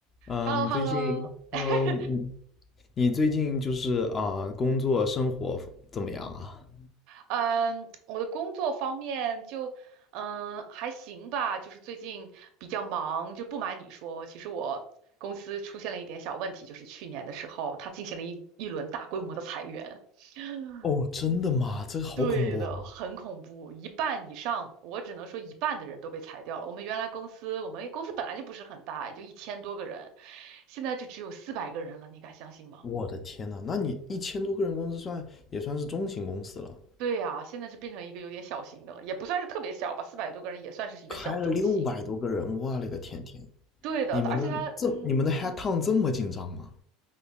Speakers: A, on the left (about 20°); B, on the right (about 60°).
A: 嗯、
B: h
A: 呃你最近，Hello，
B: e l l o h e l l o <laughs>
A: 你你最近就是啊、工作生活怎么样啊？
B: 嗯，我的工作方面就嗯还行吧，就是最近比较忙，就不瞒你说，其实我公司出现了一点小问题，就是去年的时候，它进行了一一轮大规模的裁员。<laughs> <sighs>
A: 哦，真的吗？这个好恐怖啊！
B: 对的，很恐怖，一半以上，我只能说一半的人都被裁掉了。我们原来公司，我们公司本来就不是很大，也就一千多个人，现在就只有四百个人了，你敢相信吗？
A: 我的天呐，那你一千多个人公司算也算是中型公司了，
B: 对呀，现在是变成一个有点小型的了，也不算是特别小吧，四百多个人也算是一个小中型。
A: 开了六百多个人，我勒个天天！
B: 对的，
A: 你们的这你们的
B: 而且它，嗯，
A: headcount 这么紧张吗？